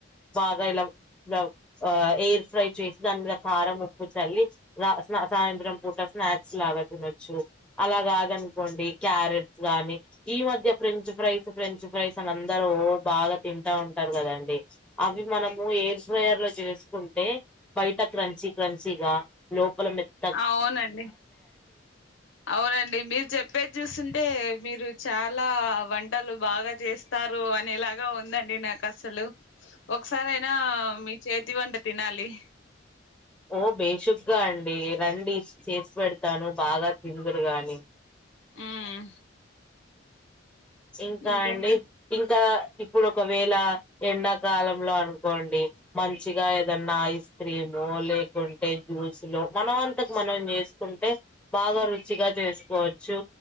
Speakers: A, in the centre; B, on the left.
A: బాగా ఇలా ఆ ఎయిర్ ఫ్రై చేసి దాని మీద కారం ఉప్పు చల్లి స్నా సాయంత్రం పూట స్నాక్స్ లాగా తినొచ్చు అలా కాదనుకోండి క్యారెట్స్ గాని ఈ మధ్య ఫ్రెంచ్ ఫ్రైస్ ఫ్రెంచ్ ఫ్రైస్ అని అందరూ బాగా తింటా ఉంటారు కదండి అవి మనము ఎర్ ఫయర్ లో చేసుకుంటే బయట క్రంచి క్రంచిగా లోపల మేత్
B: అవునండి అవునండి మీరు చెప్పేది చూస్తుంటే మీరు చాలా వంటలు బాగా చేస్త వస్తారు అనిలాగా ఉందండి నాకు అసలు ఒకసారియినా మీ చేతి వంట తినాలి
A: ఓ బేషుగ్గా అండి రండి, చేసి పెడతాను బాగా తిందరుగాని.
B: మ్మ్
A: ఇంకా
B: ఇంకేమ
A: అండి ఇంకా ఇప్పుడు ఒకవేళ ఎండాకాలంలో అనుకోండి మంచిగా ఏదన్నా ఐస్ క్రీము లేకుంటే జ్యూస్ లో మనం అంతకు మనం చేస్ కుంటే బాగా రుచిగా చేసుకోవచ్చు